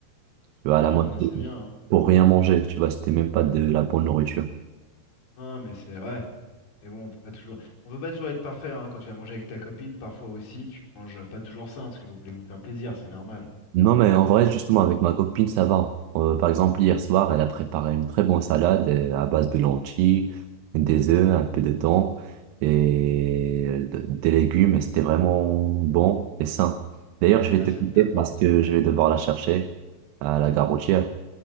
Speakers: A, on the right; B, on the left.
A: Tu vois, à la
B: Ouais,
A: moitié.
B: non, mais c'est bien. hein.
A: Pour rien manger. Tu vois, c'était même pas de la bonne nourriture.
B: Non, mais c'est ouais. Mais bon, on peut pas toujours, on peut pas toujours être parfait. hein. Quand tu vas manger avec ta copine, parfois aussi, tu manges pas toujours sain parce que vous voulez vous faire plaisir, c'est normal.
A: Non, mais en vrai, justement, avec ma copine, ça va. Euh, par exemple, hier soir, elle a préparé une très bonne salade euh, à base de lentilles, des œufs, un peu de thon et de- des légumes. Et c'était vraiment bon et sain. D'ailleurs, je vais
B: Ah,
A: te
B: c'est
A: quitter
B: le top.
A: parce
B: hein.
A: que je vais devoir la chercher à la gare routière.